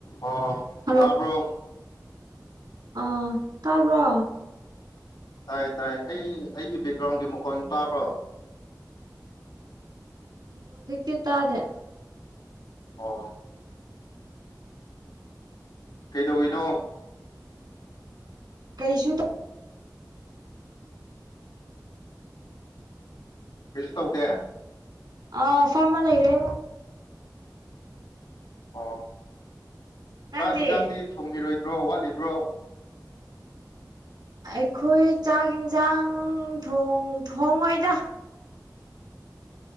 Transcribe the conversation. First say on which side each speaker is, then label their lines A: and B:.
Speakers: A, on the left (about 80°); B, on the right (about 85°).
A: ꯑꯣ
B: ꯍꯜꯂꯣ
A: ꯇꯥꯕ꯭ꯔꯣ
B: ꯑꯥ ꯇꯥꯕ꯭ꯔꯣ꯫
A: ꯇꯥꯏ-ꯇꯥꯏ ꯑꯩ ꯑꯩꯒꯤ ꯕꯦꯛꯒ꯭ꯔꯥꯎꯟꯒꯤ ꯃꯈꯣꯟ ꯇꯥꯕ꯭ꯔꯣ꯫
B: ꯍꯧꯖꯤꯛꯇꯤ ꯇꯥꯗꯦ꯫
A: ꯑꫭ ꯀꯩꯗꯧꯏꯅꯣ꯫
B: ꯀꯩꯁꯨꯨ ꯇꯧ
A: ꯀꯩꯁꯨ ꯇꯧꯗꯦ꯫
B: ꯑꯥ ꯐꯝꯑ ꯂꯩꯔꯦ꯫
A: ꯑꫭ
B: ꯅꯪꯗꯤ
A: ꯆꯥꯛ ꯍꯤꯟꯖꯥꯡꯗꯤ ꯊꯣꯡꯈꯤꯔꯣꯏ ꯗ꯭ꯔꯣ ꯋꯥꯠꯂꯤꯕ꯭ꯔꯣ꯫
B: ꯑꯩꯈꯣꯏ ꯆꯥꯛ ꯌꯦꯟꯁꯥꯡ ꯊꫭꯡ ꯊꯣꯡꯉꯣꯏꯗ꯫